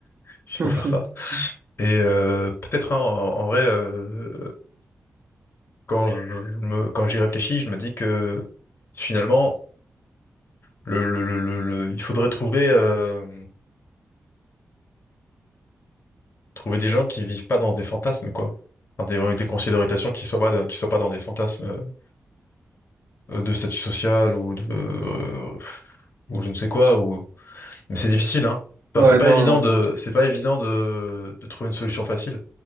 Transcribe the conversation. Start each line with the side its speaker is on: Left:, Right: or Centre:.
Left: si c'est
Right: <laughs>
Left: pour faire ça. Et euh, peut-être hein, en, en vrai, euh, quand je me, quand j'y réfléchis, je me dis que finalement, le, le- le- le- le- il faudrait trouver, euh, trouver des gens qui vivent pas dans des fantasmes, quoi. Enfin, des, vraiment des considérations qui soient pas dans, qui soient pas dans des fantasmes euh, de statut social ou de, euh, ou je ne sais quoi, ou... Mais c'est difficile, hein. Enfin,
Right: Ouais,
Left: c'est pas
Right: non.
Left: évident de, c'est pas évident de, de trouver une solution facile.